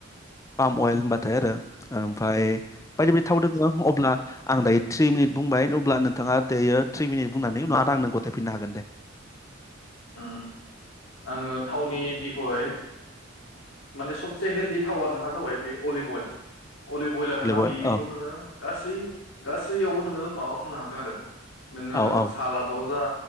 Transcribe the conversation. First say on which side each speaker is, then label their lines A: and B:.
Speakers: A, on the left; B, on the left.
A: पाम अयल थो आरो ओम। फाय बायदि बायदि थाव दोङ अब्ला आं दायो थ्रि मिनिट बुंबाय अब्ला नोंथाङा दायो थ्रि मिनिट
B: उम
A: नै <unintelligible> गथायफिननो हागोन दे
B: ओम। आंङो थावनि बिख'य माने सबसे हेल्दी थावा नोंहा जाबाय बे अलिभ अइल अलिभ अयेला नोंहा
A: अइल
B: बेखौ
A: औ
B: नोङो गासै गासैयावबो नोङो माबा हनो हागोन आरो। नोङो
A: औ औ
B: सालादाव होआ